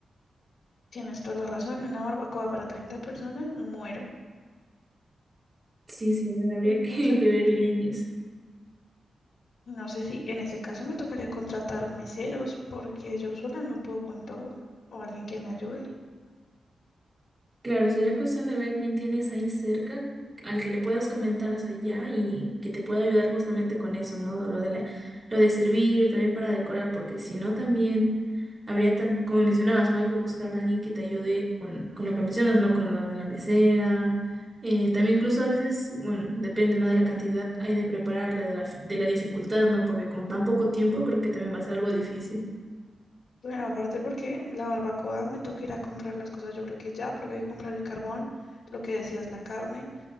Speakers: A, on the left (about 65°); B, on the right (about 20°).
A: Tienes toda la razón, y una barbacoa para 30 personas, muero.
B: Sí, sí, a ver, habría
A: Es mucha
B: que, <laughs> que
A: gente.
B: ver bien eso.
A: No sé si en ese caso me tocaría contratar meseros porque yo sola no puedo con todo o alguien que me ayude.
B: Claro, sería cuestión de ver quién tienes ahí cerca, al que le puedas comentar, o sea, ya, y que te pueda ayudar justamente con eso, ¿no? Lo de la, lo de servir, también para decorar, porque si no también habría, tan- como mencionabas, ¿no? Hay que buscar a alguien que te ayude con, con lo que mencionas, ¿no? Con lo de la mesera. eh, también incluso a veces, bueno, depende, ¿no? De la cantidad hay de prepararla, de la, de la dificultad, ¿no? Porque con tan poco tiempo creo que también va a ser algo difícil.
A: Bueno, aparte porque la barbacoa me toca ir a comprar las cosas, yo creo que ya, porque hay que comprar el carbón, lo que decías, la carne.